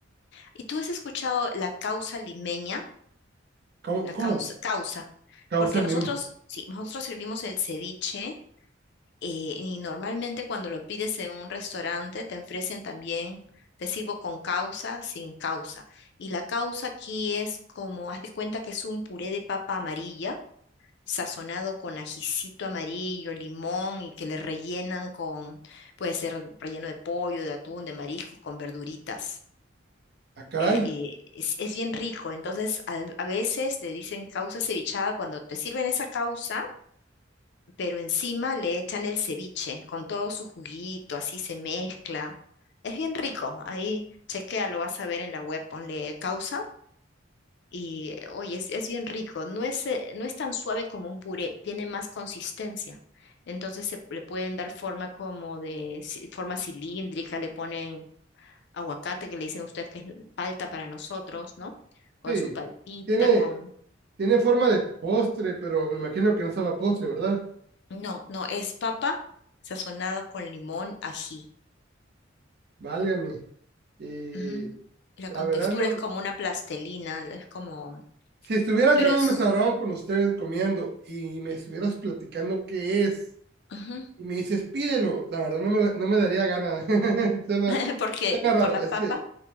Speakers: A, on the left; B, on the right.
A: ¿Y tú has escuchado la causa limeña?
B: ¿Cómo,
A: La
B: cómo
A: causa, causa,
B: causa
A: porque
B: el
A: nosotros,
B: nime?
A: sí, nosotros servimos el ceviche eh, y normalmente cuando lo pides en un restaurante te ofrecen también, te sirvo con causa, sin causa. Y la causa aquí es como, haz de cuenta que es un puré de papa amarilla sazonado con ajicito amarillo, limón y que le rellenan con, puede ser relleno de pollo, de atún, de mariscos, con verduritas.
B: Ah, caray.
A: Eh, eh, es, es bien rico, entonces al- a, veces le dicen causa cevichada cuando te sirven esa causa, pero encima le echan el ceviche con todo su juguito, así se mezcla. Es bien rico, ahí chequea, lo vas a ver en la web, ponle causa y eh, oye, es, es bien rico. No es, eh, no es tan suave como un puré, tiene más consistencia. Entonces se le pueden dar forma como de ci- forma cilíndrica, le ponen aguacate, que le dicen ustedes que es palta para nosotros, ¿no? Con
B: Sí.
A: su paltita,
B: Tiene,
A: con...
B: tiene forma de postre, pero me imagino que no sabe a postre, ¿verdad?
A: No, no, es papa sazonada con limón, ají.
B: Válgame. Y
A: Ujú. La
B: la
A: contextura
B: verdad, no,
A: es
B: no.
A: como una plastelina, es como,
B: Si estuviera yo
A: pero
B: en
A: es
B: un restaurante con ustedes comiendo y me estuvieras platicando qué es,
A: ujú,
B: y me dices pídelo, la verdad no me, no me daría gana. <laughs> Suena,
A: <laughs> porque
B: suena raro.
A: por la
B: Es
A: papa,
B: que